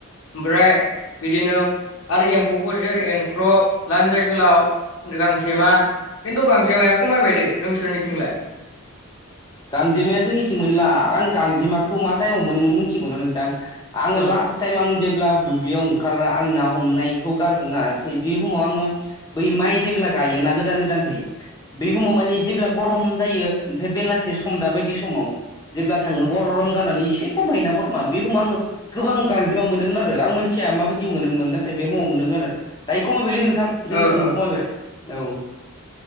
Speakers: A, on the left; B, on the left.
A: ओमफ्राय बिदिनो आरो एम्फौफोर जेरै एंख्रब लान्जाय गोलाव गांजेमा खिन्थु गांजेमाया खमायबायदो नोंसोरनिथिंलाय
B: गांजेमाया जोंनिथिं मोनला आं गांजेमाखौ मा टाइमाव मोनोमोन मिथिगौना नोंथां आङो
A: औ
B: लास्ट टाइम आं जेब्ला दुब्लियाव ओंखारना आं ना हमनायखौ गारदोंना बे हमाव आङो बै माइ जेब्ला गायोना गोदान गोदानहै बै हमाव माने जेब्ला गरम जायो ओमफ्राय बेलासे सम दा बायदि समाव जेब्ला थाङो गरम जानानै एसे खमायोना गरमा बे खमाव आङो गोबां गांजेमा मोनोमोन आरो आं मोनथिया माबायदि मोनोमोन नाथाय बे हमाव मोनोमोन आरो दायो खमायबायलै नोंथां जोंनिथिंबो
A: ओ ओ
B: खमायबाय औ औ